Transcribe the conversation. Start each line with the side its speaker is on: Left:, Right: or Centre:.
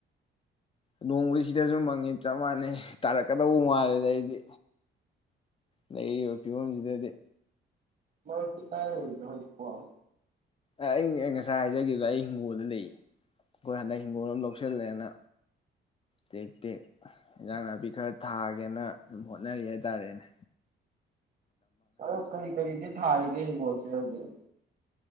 Left: ꯅꯣꯡꯕꯨꯗꯤ ꯁꯤꯗꯁꯨ ꯃꯪꯉꯤ ꯆꯞ ꯃꯥꯟꯅꯩ ꯇꯥꯔꯛꯀꯗꯧꯕ ꯃꯥꯜꯂꯦꯗ ꯑꯩꯗꯤ ꯂꯩꯔꯤꯕ ꯐꯤꯕꯝꯁꯤꯗꯗꯤ
Right: ꯃꯔꯨꯞꯇꯤ ꯀꯥꯏ ꯂꯩꯅ‌ꯣ ꯍꯧꯖꯤꯛꯄ‌ꯣ
Left: ꯑꯩ ꯑꯩ ꯉꯁꯥꯏ ꯍꯥꯏꯖꯒꯤꯕꯗꯣ ꯑꯩ ꯍꯤꯡꯒꯣꯜꯗ ꯂꯩ ꯑꯩꯈꯣꯏ ꯍꯟꯗꯛ ꯍꯤꯡꯒꯣꯜ ꯑꯃ ꯂꯧꯁꯤꯜꯂꯦꯅ ꯇꯦꯛ ꯇꯦꯛ ꯏꯟꯖꯥꯡ ꯅꯥꯄꯤ ꯈꯔ ꯊꯥꯒꯦꯅ ꯑꯗꯨꯝ ꯍꯣꯠꯅꯔꯤ ꯍꯥꯏ ꯇꯥꯔꯦꯅꯦ
Right: ꯑꯗ‌ꯣ ꯀꯔꯤ ꯀꯔꯤꯗꯤ ꯊꯥꯔꯤ ꯅ ꯍꯤꯡꯒ‌ꯣꯜꯁ‌ꯦ ꯍꯧꯖꯤꯛ